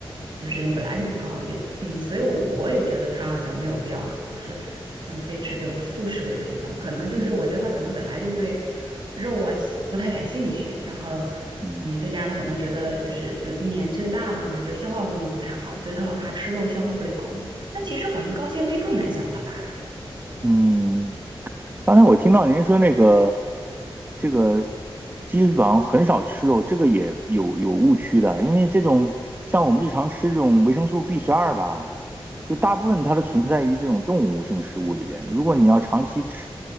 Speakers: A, on the right (about 55°); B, on the right (about 20°).
A: 就是这种本来就不高，也嗯，所以我我也觉得她好像没有必要，就是嗯，非吃这种素食为主的，可能就是我觉得她可能本来就对肉啊不太感兴趣，
B: 嗯
A: 然后嗯，
B: 嗯
A: 再加上她可能觉得就是呃年岁大了嘛，就是消化功能不太好，所以她老怕吃肉消化不了，但其实好像高纤维更难消化吧。
B: 嗯。刚才我听到您说那个这个基本上很少吃肉，这个也有有误区的，因为这种像我们日常吃这种维生素 B 十二吧。就大部分它的存在于这种动物性食物里边。如果你要长期吃，